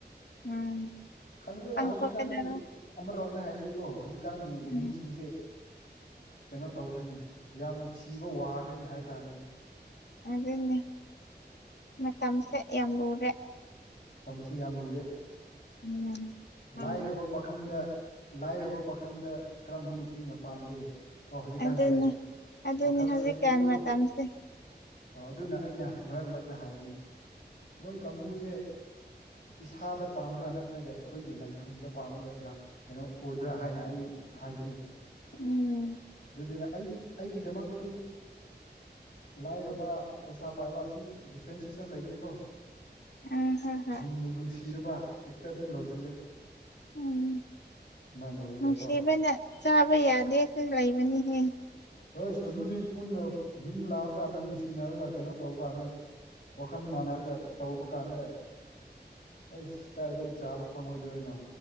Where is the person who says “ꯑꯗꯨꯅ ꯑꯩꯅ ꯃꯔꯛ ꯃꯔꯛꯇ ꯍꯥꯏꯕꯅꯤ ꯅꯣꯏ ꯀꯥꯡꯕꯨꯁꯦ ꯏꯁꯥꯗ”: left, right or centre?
Left